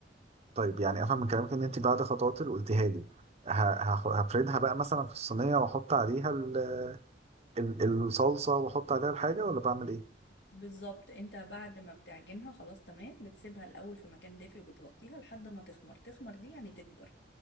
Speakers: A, on the right (about 35°); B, on the left (about 75°).
A: طيب يعني افهم من كلامك ان انت بعد خطوات اللي قلتيها لي ه- هخ- هفردها بقى مثلا في الصينيه واحط عليها ال- ال- الصلصه واحط عليها الحاجه ولا بعمل ايه؟
B: بالظبط انت بعد ما بتعجنها خلاص تمام بتسيبها الاول في مكان دافي وبتغطيها لحد ما تخمر تخمر دي يعني تكبر